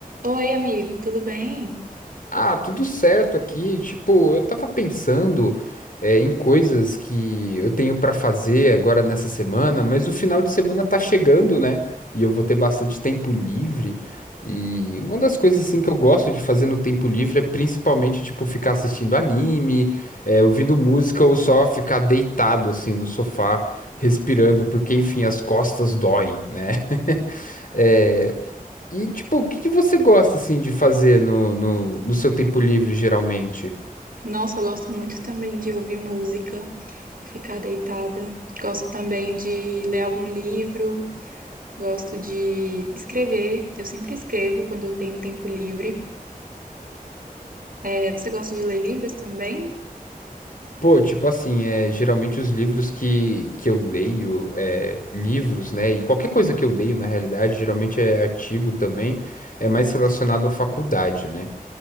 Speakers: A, on the right; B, on the left.
A: Oi, amigo, tudo bem?
B: Ah, tudo certo aqui. Tipo, eu tava pensando, é, em coisas que eu tenho pra fazer agora nessa semana, mas o final de semana tá chegando, né? E eu vou ter bastante tempo livre. E uma das coisas assim que eu gosto de fazer no tempo livre é principalmente tipo ficar assistindo anime, é, ouvindo música ou só ficar deitado assim no sofá, respirando, porque enfim, as costas doem, né? <laughs> É, e, tipo, o que que você gosta, assim, de fazer no, no, no seu tempo livre, geralmente?
A: Nossa, eu gosto muito também de ouvir música e ficar deitada. Gosto também de ler algum livro, gosto de escrever. Eu sempre escrevo quando eu tenho tempo livre. É, você gosta de ler livros também?
B: Pô, tipo assim, é, geralmente os livros que, que eu leio, é, livros, né, e qualquer coisa que eu leio, na realidade, geralmente é artigo também, é mais relacionado à faculdade, né?